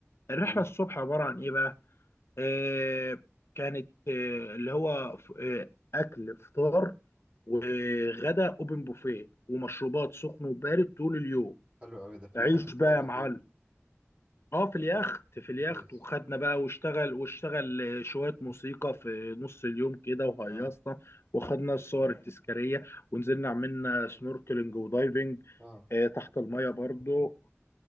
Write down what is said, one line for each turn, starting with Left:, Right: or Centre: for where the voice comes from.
Left: الرحلة
Right: حلو
Left: الصبح عبارة عن إيه بقى؟ آه، كانت آه، اللي هو ف- آه، اكل فطار وغدا اوبن بوفيه ومشروبات سخن وبارد طول اليوم
Right: حلو قوي ده في اليخت
Left: عيش بقى
Right: ولا
Left: يا معلم
Right: فين
Left: اه في اليخت في اليخت
Right: كويس
Left: وخدنا بقى واشتغل واشتغل آه، شوية موسيقى في نص اليوم كده وهيصنا
Right: اه
Left: وخدنا الصور التذكارية ونزلنا عملنا سنوركلينج ودايفنج
Right: اه
Left: آه، تحت المية برضو